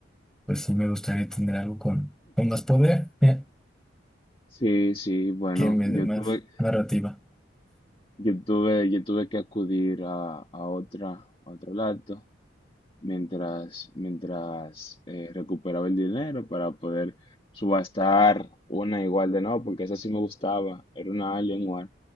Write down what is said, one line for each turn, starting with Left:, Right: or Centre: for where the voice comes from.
Centre: pues sí me gustaría tener algo con, con más poder, eh,
Left: Sí, sí, bueno,
Centre: que me
Left: yo
Centre: dé más
Left: tuve,
Centre: narrativa.
Left: yo tuve, yo tuve que acudir a, a otra, a otro lado mientras, mientras eh, recuperaba el dinero para poder subastar una igual de nuevo, porque esa sí me gustaba, era una Alienware,